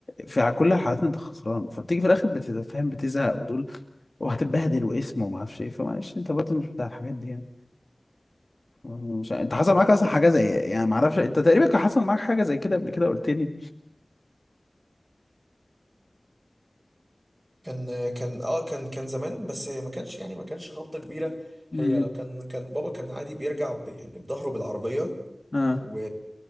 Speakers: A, on the left (about 40°); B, on the right (about 30°).
A: في ع- كل الحالات انت خسران فبتيجي في الاخر بتتفهم بتزهق وتقول وهتتبهدل واسم وما اعرفش ايه فمعلش انت برضه مش بتاع الحاجات دي يعني مش ع- انت حصل معاك اصلا حاجه زي إيه؟ يعني ما اعرفش انت تقريبا كان حصل معاك حاجه زي كده قبل كده قلت لي
B: كان كان اه كان كان زمان بس هي ما كانش يعني ما كانش خبطة كبيرة
A: امم
B: هي كان كان بابا كان عادي بيرجع ب- يعني بظهره بالعربية
A: اه
B: و...